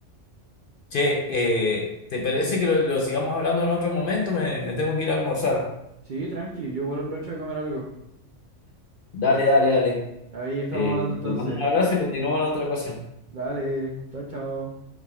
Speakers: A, on the left; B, on the right.
A: Che, eh, ¿te parece que lo, lo sigamos hablando en otro momento? Me, me tengo que ir a almorzar.
B: sí, tranqui, yo igual aprovecho de comer algo.
A: Dale, dale, dale.
B: Ahí estamos
A: Eh,
B: hablando entonces.
A: te mando un abrazo y continúa en otra ocasión.
B: Dale, chao, chao.